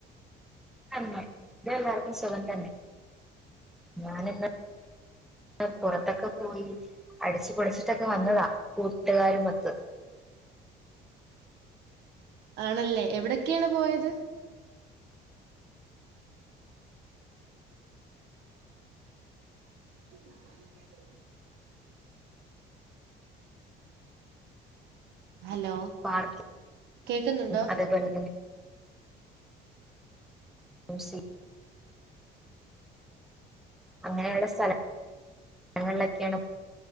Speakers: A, in the centre; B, on the right (about 70°).
A: ഇവിടെ എല്ലാവർക്കും സുഖം തന്നെ ഞാനന്ന് പുറത്തൊക്കെ പോയി അടിച്ചു പൊളിച്ചിട്ടൊക്കെ വന്നതാ കൂട്ടുകാരുമൊത്ത്
B: ആണല്ലേ എവിടെക്കെയാണ് പോയത് <inaudible> ഹലോ
A: പാർക്കിൽ
B: കേക്കുന്നുണ്ടോ
A: അതപോലെ മ്യൂസിയം അങ്ങനെയുള്ള സ്ഥല ങ്ങളിലൊക്കെയാണ്